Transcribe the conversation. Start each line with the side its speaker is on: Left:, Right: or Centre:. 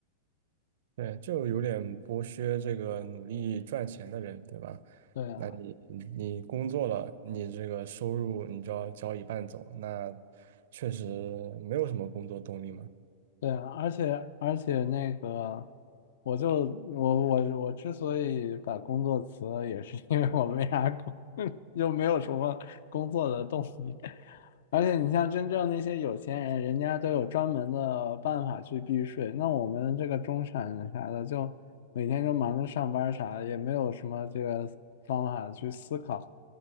Right: 对，就有点剥削这个努力赚钱的人，对吧？
Left: 对啊，
Right: 那你你工作了，你这个收入你就要交一半走，那确实没有什么工作动力嘛。
Left: 对啊，而且而且那个，我就我我我之所以把工作辞了，也是因为我没啥工，<laughs> 又没有什么工作的动力。而且你像真正那些有钱人，人家都有专门的办法去避税。那我们这个中产人啥的，就每天就忙着上班儿啥的，也没有什么这个方法去思考，